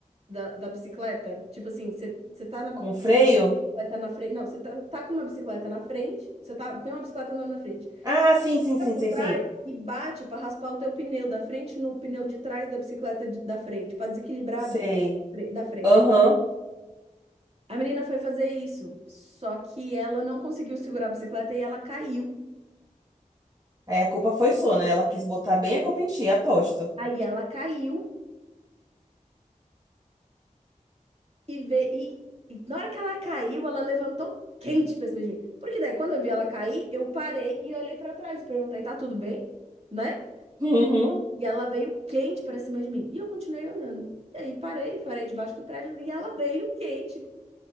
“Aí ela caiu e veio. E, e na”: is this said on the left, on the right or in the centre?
Right